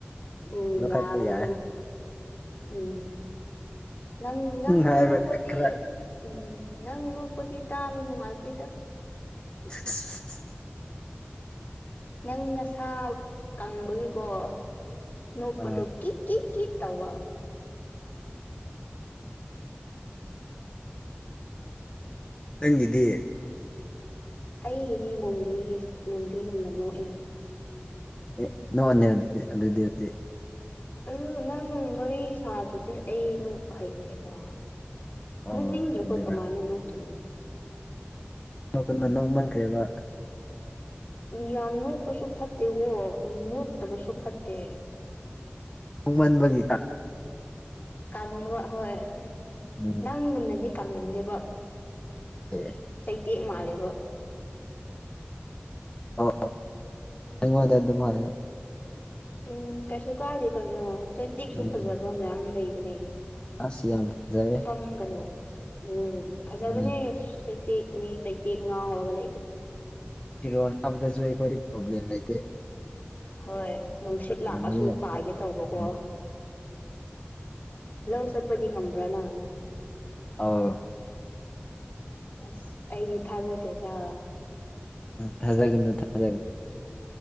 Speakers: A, on the left (about 45°); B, on the left (about 25°).
A: ꯎꯝ
B: ꯂꯧꯈꯠꯄ
A: ꯌꯥꯕꯅ
B: ꯌꯥꯏ
A: ꯑꯗꯨꯝ ꯎꯝ ꯅꯪ ꯅꯪ
B: ꯍꯥꯏꯕ
A: ꯅꯣꯛꯄꯗꯤ
B: ꯈꯔ
A: ꯎꯝ ꯅꯪ ꯅꯣꯀꯣꯗꯤ ꯇ ꯅꯅꯨꯡ ꯃꯥꯇꯗ
B: <unintelligible>
A: ꯅꯪ ꯉꯁꯥ ꯀꯪꯕꯒꯤꯀꯣ ꯅꯣꯛꯄꯗꯨꯣ
B: ꯑ
A: ꯀꯤ ꯀꯤ ꯀꯤ ꯇꯋꯥ
B: ꯅꯪꯒꯤꯤꯗꯤ
A: ꯑꯩꯒꯤꯗꯤ ꯃꯣꯕꯤꯒꯤ ꯃꯣꯕꯤꯒꯨꯝꯅ ꯅꯣꯛꯑꯅ
B: ꯑꯦ ꯅꯣꯅꯦ ꯑꯗꯨꯗꯤ ꯑꯗꯨꯗꯤ
A: ꯑꯗꯨ ꯅꯪ ꯋꯥꯔꯤꯣꯏ ꯁꯥꯗ꯭ꯔꯗꯤ ꯑꯩ ꯅꯣꯛꯄ ꯍꯩꯇꯦꯕ
B: ꯑꯣ
A: ꯅꯠ ꯂ ꯂꯀꯣ
B: ꯑꯗꯨꯔ
A: ꯀꯃꯥꯏ ꯅꯠꯇ
B: ꯀꯅ ꯅꯣꯡ ꯃꯟꯈ꯭ꯔꯦꯕ
A: ꯌꯥꯝ ꯅꯣꯛꯄꯁꯨ ꯐꯠꯇꯦ ꯍꯣ ꯅꯣꯛꯇꯕꯁꯨ ꯐꯠꯇꯦ
B: ꯄꯨꯡꯃꯟꯕꯒꯤ
A: ꯀꯪꯉꯦꯕ ꯍꯣꯏ
B: ꯎꯝ
A: ꯅꯪꯒꯨꯝꯅꯗꯤ ꯀꯪꯅꯤꯡꯗꯦꯕ
B: ꯑꯦ
A: ꯆꯩꯩꯇ꯭ꯌꯦꯛ ꯃꯥꯂꯕ
B: ꯑꯣ ꯑꯗꯨꯃꯥꯏꯗ ꯑꯗꯨꯃ
A: ꯎꯝ ꯀꯩꯁꯨ ꯀꯥꯏꯗꯦ ꯀꯩꯅꯣ ꯆꯩꯇꯦꯛꯁꯨ
B: ꯎꯝ
A: ꯐꯖꯕ ꯃꯌꯥꯝ ꯂꯩꯕꯅꯦ
B: ꯑꯁ ꯌꯥꯝ ꯐꯖꯔꯦ
A: ꯄꯪꯒꯅꯨ ꯎꯝ ꯐꯖꯕꯅꯦ
B: ꯎꯝ
A: ꯆꯩꯇꯦꯛ ꯃꯤ ꯆꯩꯇꯦꯛ ꯉꯥ ꯍꯧꯔꯒ ꯂꯩꯕꯁ
B: ꯐꯤꯔꯣ ꯅꯥꯕꯗꯁꯨ ꯑꯩꯈꯣꯏꯗꯤ ꯄ꯭ꯔꯣꯕ꯭ꯂꯦꯝ ꯂꯩꯇꯦ
A: ꯍꯣꯏ ꯅꯨꯡꯁꯤꯠ
B: ꯀꯪꯕꯅꯦ
A: ꯂꯥꯛꯑꯁꯨ ꯄꯥꯏꯒꯦ ꯇꯧꯕꯀꯣ
B: ꯎꯝ
A: ꯂꯧ ꯆꯠꯄꯗꯤ ꯉꯝꯕ꯭ꯔꯥꯅ
B: ꯑꯥꯎ
A: ꯑꯁ ꯑꯩꯗꯤ ꯊꯥꯖꯗꯦꯗ
B: ꯊꯥꯖꯒꯦ ꯊꯥꯖꯒ